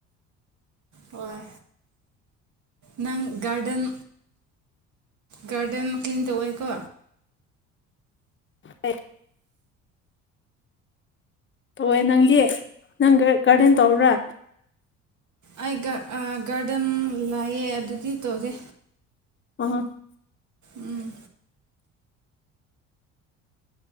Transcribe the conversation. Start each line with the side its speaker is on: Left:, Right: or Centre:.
Right: ꯍꯣꯏ ꯅꯪ ꯒꯥꯔꯗꯦꯟ ꯒꯥꯔꯗꯦꯟ ꯀ꯭ꯂꯤꯡ ꯇꯧꯑꯦꯀꯣ
Left: <inaudible> ꯇꯧꯋꯦ ꯅꯪꯗꯤ ꯅꯪ ꯒꯔ ꯒꯥꯔꯗꯦꯟ ꯇꯧꯔꯥ
Right: ꯑꯩ ꯒꯥ ꯑꯥ ꯒꯥꯔꯗꯦꯟ ꯂꯥꯛꯑꯦ ꯑꯗꯨꯗꯤ ꯇꯧꯗꯦ
Left: <unintelligible>
Right: ꯎꯝ